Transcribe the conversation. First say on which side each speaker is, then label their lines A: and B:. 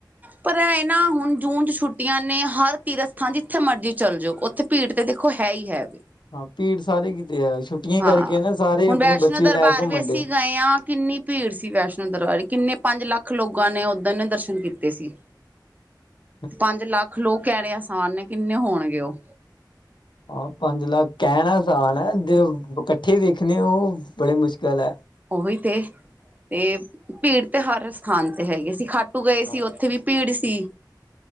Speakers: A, on the right; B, on the left.
A: ਪਰ ਐ ਏ ਨਾ, ਹੁਨ ਜੂਨ ਚ ਛੁੱਟੀਆਂ ਨੇ, ਹਰ ਤੀਰਥ ਸਥਾਨ ਜਿੱਥੇ ਮਰਜ਼ੀ ਚੱਲ ਜੋ, ਓੱਥੇ ਭੀੜ ਤੇ, ਦੇਖੋ ਹੈ ਈ ਹੈ ਵੇ।
B: ਹਾਂ, ਭੀੜ ਸਾਰੇ ਕਿਤੇ ਐ, ਛੁੱਟੀਆਂ
A: ਹਾਂ
B: ਕਰਕੇ ਨਾ, ਸਾਰੇ
A: ਹੁਣ
B: ਅਪਣੇ
A: ਵੈਸ਼ਨੋ
B: ਬੱਚੇ
A: ਦਰਬਾਰ
B: ਲੈ ਘੁੰਮਣ
A: ਵੀ ਅਸੀਂ
B: ਡਏ
A: ਗਏ ਹਾਂ ਕਿੰਨੀ ਭੀੜ ਸੀ, ਵੈਸ਼ਨੋ ਦਰਬਾਰ, ਕਿੰਨੇ ਪੰਜ ਲੱਖ ਲੋਗਾਂ ਨੇ ਓੱਦਨ ਦਰਸ਼ਨ ਕੀਤੇ ਸੀ।
B: <inaudible>
A: ਪੰਜ ਲੱਖ ਲੋਕ ਕਹਿਣੇ ਆਸਾਨ ਨੇ ਕਿੰਨੇ ਹੋਣਗੇ ਉਹ
B: ਐ ਪੰਜ ਲੱਖ ਕੈਨਾ ਆਸਾਨ ਐ ਜੇ ਓ ਕੱਠੇ ਵੇਖਨੇ ਓ ਬੜੇ ਮੁਸ਼ਕਿਲ ਐ।
A: ਓਹੀ ਤੇ, ਤੇ ਭੀੜ ਤੇ ਹਰ ਸਥਾਨ ਤੇ ਹੈਗੀ ਸੀ ਖਾਟੂ ਗਏ ਸੀ
B: ਹਾਂਜੀ
A: ਓੱਥੇ ਵੀ ਪੀੜ ਸੀ।